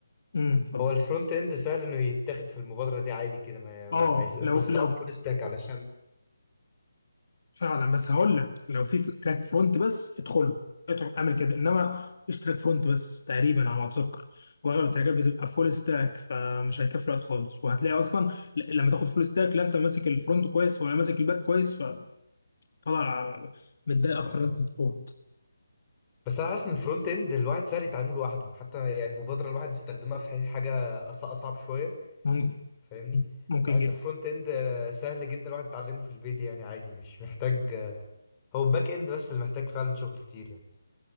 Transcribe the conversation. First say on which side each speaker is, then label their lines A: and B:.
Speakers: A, on the left (about 55°); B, on the left (about 20°).
A: امم اتفضل
B: هو الفرونت اند سهل انه يتاخد في المبادره دي عادي كده ما...
A: اه
B: ما... يس- بس
A: لو لو
B: صعب فول ستاك علشان
A: فعلا بس هقول لك لو في تراك فرونت بس ادخله ادخل اعمل كده انما مفيش تراك فرونت بس تقريبا على ما اتذكر واغلب التراكات بتبقى فول ستاك فمش هيكفي الوقت خالص وهتلاقي اصلا ل- لما تاخد فول ستاك لا انت ماسك الفرونت كويس ولا ماسك الباك كويس فطلع متضايق اكتر
B: اه
A: من انت مبسوط
B: بس انا حاسس ان الفرونت اند الواحد سهل يتعلمه لوحده حتى يعني المبادره الواحد يستخدمها في حاجه أص- اصعب شويه
A: ممكن
B: فاهمني
A: ممكن
B: بحس
A: جدا
B: الفرونت اند آه، سهل جدا الواحد يتعلمه في البيت يعني عادي مش محتاج آه، هو الباك اند بس اللي محتاج فعلا شغل كتير يعني